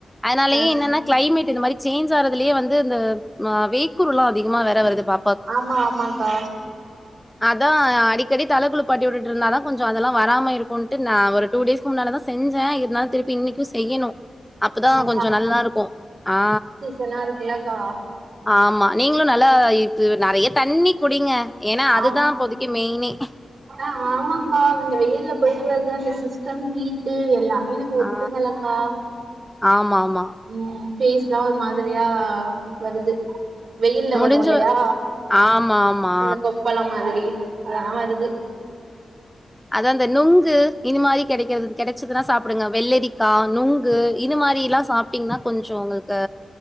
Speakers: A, in the centre; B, on the right.
A: அதனாலயே
B: ஆ
A: என்னன்ன கிளைமேட் இந்த மாரி சேஞ்ச் ஆறதுலயே வந்து இந்த ஆ வேக்குறுலா அதிகமா வேற வருதுபா
B: ஆமா ஆமாக்கா
A: அதா அடிக்கடி தலக்குழு பாட்டி வுட்டுட் இருந்தாதா கொஞ்சோ அதெல்லா வராம இருக்குன்ட்டு நா ஒரு டூ டேஸ்கு முன்னால தா செஞ்ச இருநாளு திருப்பி இன்னிக்கு செய்யணு அப்பதா
B: ஆமா
A: கொஞ்ச நல்லா இருக்கு ஆ
B: கன்னா இருக்குல த வா
A: ஆமா நீங்களு நல்லா இது நெறைய தன்ணி குடிங்க ஏனா
B: ஆம்
A: அதுதா அப்போதைக்கு மெயினே
B: ஆ ஆமாக்கா இந்த வெயில்ல போயிட்டு அதா அந்த சிஸ்டம் ஹீட்டு எல்லாமே எனக்கு ஒத்துக்கலக்கா
A: ஆ ஆமா ஆமா
B: ம் பேஸ்லா ஒரு மாதிரியா வருது வெயில்ல
A: முடிஞ்ச
B: வரு இல்லையா
A: ஆமா, ஆமா.
B: அந்த கொப்பளம் மாதிரி அதெல்லா வருது
A: அதா அந்த நொங்கு இனி மாரி கெடைக்கறது கெடச்சதுனா சாப்டுங்க வெள்ளரிக்கா நொங்கு இது மாரில்லா சாப்ட்டீங்னா கொஞ்சோ உங்களுக்கு